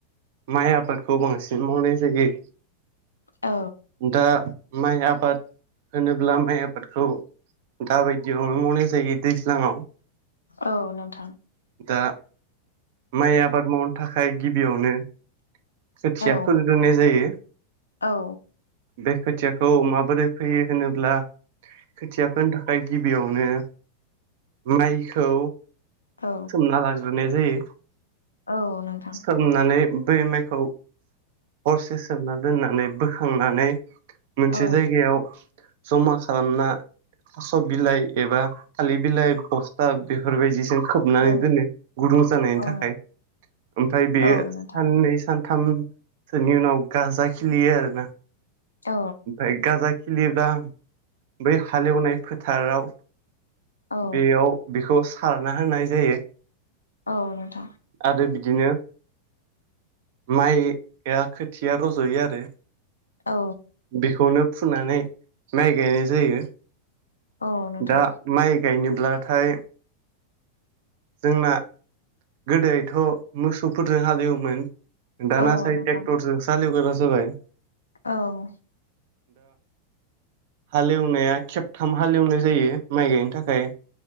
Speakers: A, on the right; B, on the left.
A: माइ आबादखौ बांसिन मावनाय जायो।
B: औ
A: दा माइ आबाद होनोब्ला माइ आबादखौ दा बायदियावनो मावनाय जायो दैज्लाङाव
B: औ नोंथां
A: दा माइ आबाद मावनो थाखाय गिबियावनो खोथियाथ'
B: औ
A: फोग्रोनाय जायो
B: औ
A: बे खोथियाखौ माबोरै फैयो होनोब्ला खोथियाफोरनि थाखाय गिबियावनो माइखौ
B: औ
A: सोमना लाग्रोनो जायो
B: औ नोंथां
A: सोमनानै बै माइखौ हरसे सोमना दोननानै बोखांनानै मोनसे
B: औ
A: जायगायाव जमा खालामना थास' बिलाइ एबा थालिर बिलाइ बस्था बेफोरबायदिजों खोबनानै
B: औ
A: दोनो गुदुं जानायनि
B: औ
A: थाखाय ओमफ्राय बेयो
B: औ नोंथां
A: साननै सान साथामसोनि उनाव गाजा खिलियो आरोना
B: औ
A: ओमफ्राय गाजा खिलिब्ला बै हालेवनाय फोथाराव
B: औ
A: बेयाव बेखौ सारना होनाय जायो।
B: औ नोंथां।
A: आरो बिदिनो माइआ खोथिया रज'यो आरो
B: औ
A: बेखौनो फुनानै माइ गायनाय जायो।
B: औ नोंथां।
A: दा माइ गायनोब्लाथाय जोंना गोदोथ' मोसौफोरजों हालेवोमोन। दाना
B: औ
A: साय
B: नोंथां
A: टेक्टरजोंसो हालेवग्रा जाजोबबाय।
B: औ।
A: हालेवनाया खेबथाम हालेवनाय जायो माइ गायनो थाखाय।